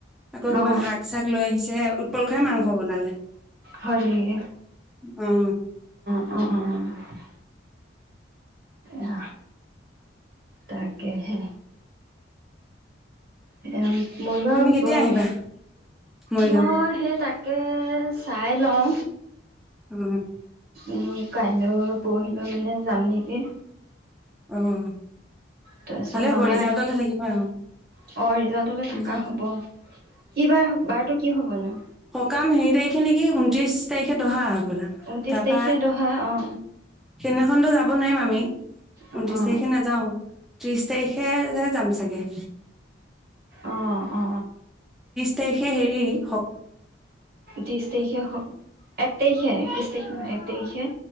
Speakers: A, in the centre; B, on the right.
A: আকৌ কিবা
B: অঁ
A: শাক- চাক লৈ আহিছে, উৎপল খুৰাই মাংস বনালে।
B: হয় নেকি
A: অ'
B: অ-অ- অ' আহ তাকেহে। ইয়াম। মৰিগাওঁত
A: তুমি কেতিয়া
B: তো',
A: আহিবা মৰিগাঁও?
B: মই, সেই তাক, তাকে, চাই লওঁ।
A: উম', -
B: উম', -কাইলৈ পৰহিলৈ মানে যাম নেকি।
A: অ',
B: তাৰপিছত
A: ভালে হ'ব
B: মামাই।
A: ৰিজাল্টলে
B: অ',
A: থাকিবা আৰু
B: ৰিজাল্টলে থাকা
A: ৰিজাল্ট
B: হব। কি বাৰ হ', বাৰটো কি? কি হবনো?
A: কাম হেৰী তাৰিখে নেকি ঊনত্ৰিছ তাৰিখে দহা। হ'বলা
B: ঊনত্ৰিশ
A: তাৰপা
B: তাৰিখে দহা অ।
A: সেইদিনাখনতো যাব নোৱাৰিম আমি।
B: অ
A: ঊনত্ৰিশ তাৰিখে নাযাওঁ। ত্ৰিশ তাৰিখে যে যাম চাগে।
B: অ অ।
A: তে', সে, হেৰি, -
B: ত্ৰিশ তাৰিখে স এক তাৰিখে একত্ৰিছ তাৰিখে নহয়। এক তাৰিখে।